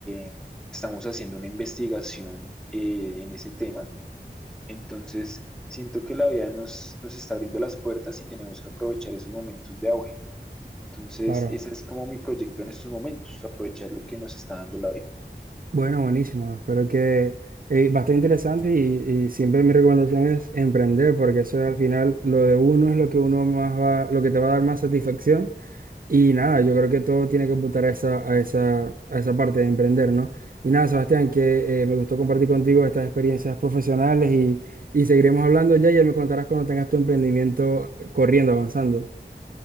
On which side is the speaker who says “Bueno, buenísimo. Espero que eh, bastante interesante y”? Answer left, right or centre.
Right